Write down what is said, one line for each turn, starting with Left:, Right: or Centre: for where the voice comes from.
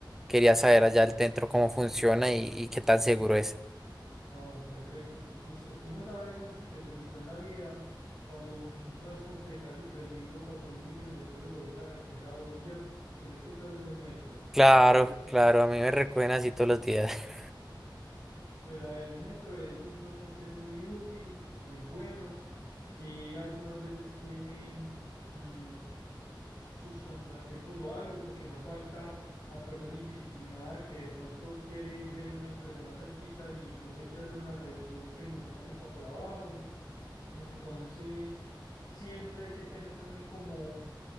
Centre: Quería saber allá el centro cómo funciona y, y qué tan seguro es.
Left: Ah, perfecto. Usted, uno sabe, Santi, que triunfó en la vida cuando un transporte de casi tres mil o cuatro mil millones de pesos lo viene a recoger a uno, ¿cierto? Que en este caso es el metro.
Centre: Claro,
Left: Pues,
Centre: claro, a mí me recuerdan así todos los días. <laughs>
Left: pues a ver, el metro es un transporte muy útil, muy bueno. Sí, algunas veces tiene mm, sus contratiempos o algo, porque no falta la persona indisciplinada que de pronto quiere ver el metro desde más cerquita e inclusive quiere hacer una revisión tecnomecánica por abajo. Entonces, siempre hay que tener también como,